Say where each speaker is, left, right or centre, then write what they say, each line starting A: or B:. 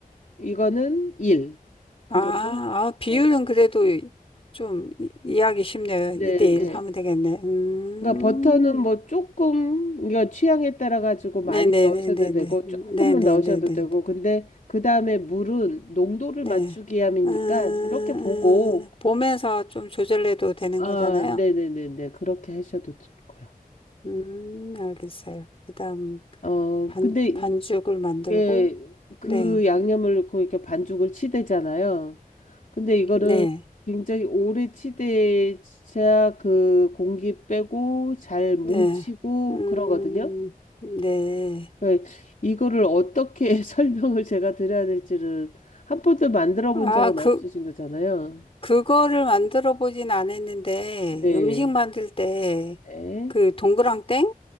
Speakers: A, on the left; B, on the left.
A: 이거는 1. 그
B: 아,
A: 정도?
B: 아, 비율은
A: 네,
B: 그래도 이- 좀 이- 이해하기 쉽네요.
A: 네.
B: 2대1
A: 네.
B: 하면 되겠네. 음,
A: 그러니까 버터는 뭐 조금 이거 취향에 따라 가지고 많이
B: 네네네네네.
A: 넣으셔도 되고 조금만
B: 네네네네.
A: 넣으셔도 되고 근데 그 다음에 물은 농도를
B: 네.
A: 맞추기 위함이니까
B: 음,
A: 이렇게 보고
B: 음, 보면서 좀 조절해도 되는
A: 아,
B: 거잖아요.
A: 네네네네. 그렇게 하셔도 좋고요.
B: 음, 알겠어요. 그 다음,
A: 어,
B: 반,
A: 근데
B: 반죽을 만들고,
A: 이게
B: 네,
A: 그 양념을 넣고 이렇게 반죽을 치대잖아요. 근데 이거는
B: 네,
A: 굉장히 오래 치대야 그 공기 빼고 잘 뭉치고
B: 네. 음,
A: 그러거든요.
B: 네.
A: 네, 이거를 어떻게 <laughs> 설명을 제가 드려야 될지는 한 번도 만들어
B: 아,
A: 본 적은
B: 그,
A: 없으신 거잖아요.
B: 그거를 만들어 보진 않았는데,
A: 네.
B: 음식 만들 때,
A: 네.
B: 그 동그랑땡?